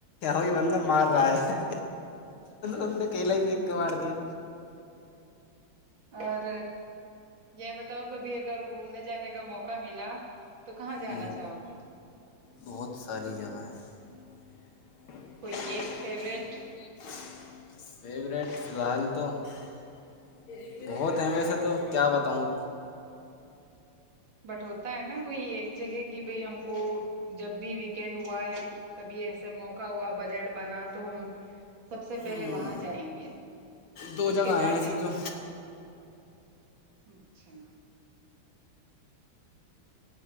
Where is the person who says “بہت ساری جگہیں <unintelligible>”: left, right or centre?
Left